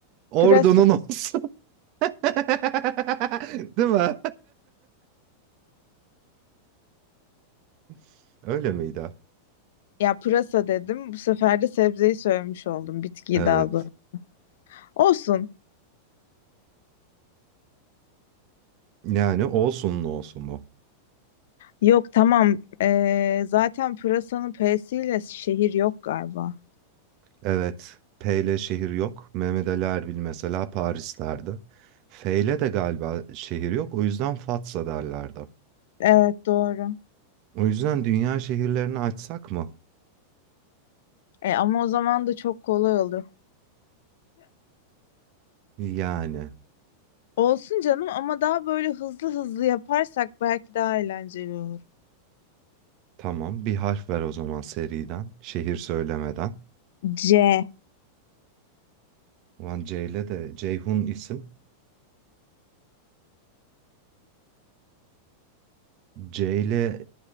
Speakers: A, on the right; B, on the left.
A: Ordunun
B: pırasa.
A: olsun. <laughs> Değil mi? <laughs> Öyle miydi?
B: Ya pırasa dedim. Bu sefer de sebzeyi söylemiş oldum. Bitkiyi
A: Evet.
B: daha doğrusu. Olsun.
A: Yani olsun olsun bu.
B: Yok tamam. Ee, zaten pırasanın P'siyle şehir yok galiba.
A: Evet. P ile şehir yok. Mehmet Ali Erbil mesela Paris'lerdi. F ile de galiba şehir yok. O yüzden Fatsa derlerdi.
B: Evet doğru.
A: O yüzden dünya şehirlerini açsak mı?
B: E, ama o zaman da çok kolay olur.
A: Yani.
B: Olsun canım ama daha böyle hızlı hızlı yaparsak belki daha eğlenceli olur.
A: Tamam. Bir harf ver o zaman seriden. Şehir söylemeden.
B: C.
A: Ulan Ceyle de Ceyhun isim. Ceyle